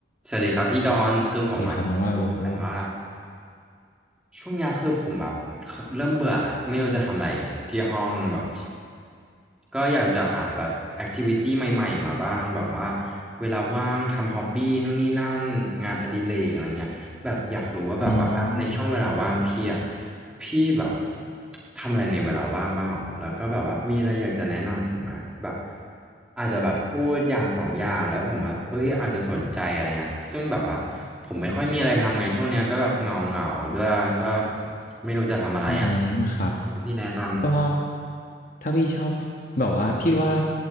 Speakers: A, in the centre; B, on the left (about 50°).
A: สวัสดีครับพี่ดอนคือผมอะอยากรู้เหมือนกันว่า
B: ดีครับน้องว่าโลโก้
A: ช่วงเนี้ยคือผมแบบเริ่มเบื่อละไม่รู้จะทำอะไรที่ห้องแบบก็อยากจะหาแบบแอคทิวิตี้ใหม่ๆมาบ้างแบบว่าเวลาว่างทำฮ็อบบี้นู่นนี่นั่นงานอดิเรกอะไรเงี้ย แบบอยากรู้ว่าแบบว่าในช่วงเวลาว่างพี่อ่ะ
B: อืม
A: พี่แบบทำอะไรในเวลาว่างบ้างหรอแล้วก็แบบว่ามีอะไรอยากจะแนะนำผมไหมแบบอาจจะแบบพูดอย่างสองอย่างแล้วผมอ่ะเอ้ยอาจจะสนใจอะไรเงี้ยซึ่งแบบว่าผมไม่ค่อยมีอะไรทำไงช่วงเนี้ยก็แบบเหงาเหงาด้วยก็ไม่รู้จะทำอะไรอ่ะ
B: อืมครับ
A: ให้พี่แนะน
B: ก็ถ้าพี่ชอบแบบว่าพี่ว่า